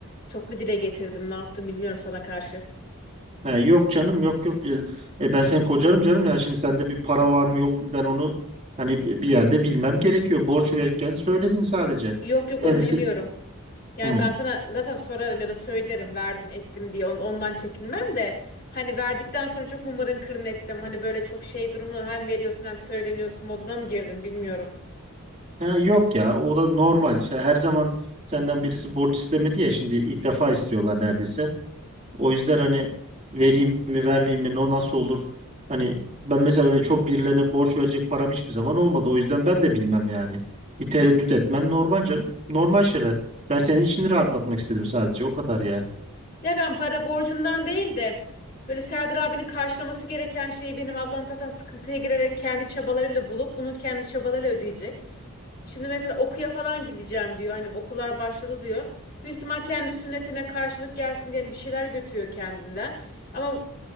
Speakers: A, on the left; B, on the right.
A: Çok mu dile getirdim, ne yaptım bilmiyorum sana karşı.
B: Ha, yok canım yok yok. E, e, ben seni kocarım canım yani şimdi sende bir para var mı yok mu ben onu hani bi- bir yerde bilmem gerekiyor. Borç verirken söyledin sadece.
A: Yok yok onu
B: Kendisi
A: demiyorum. Yani
B: Hı.
A: ben sana zaten sorarım ya da söylerim verdim ettim diye On- ondan çekinmem de hani verdikten sonra çok mımarın kırın ettim. Hani böyle çok şey durumda hem veriyorsun hem söyleniyorsun moduna mı girdim bilmiyorum.
B: Ha, yok ya o da normal. Şey, her zaman senden birisi borç istemedi ya şimdi ilk defa istiyorlar neredeyse. O yüzden hani vereyim mi vermeyeyim mi no- nasıl olur? Hani ben mesela öyle çok birilerine borç verecek param hiçbir zaman olmadı. O yüzden ben de bilmem yani. Bir tereddüt etmen normal canım. Normal şeyler. Ben senin içini rahatlatmak istedim sadece. O kadar yani.
A: Ya ben para borcundan değil de böyle Serdar abinin karşılaması gereken şeyi benim ablam zaten sıkıntıya girerek kendi çabalarıyla bulup bunu kendi çabalarıyla ödeyecek. Şimdi mesela okuya falan gideceğim diyor. Hani okullar başladı diyor. Büyük ihtimal kendi sünnetine karşılık gelsin diye hani bir şeyler götürüyor kendinden. Ama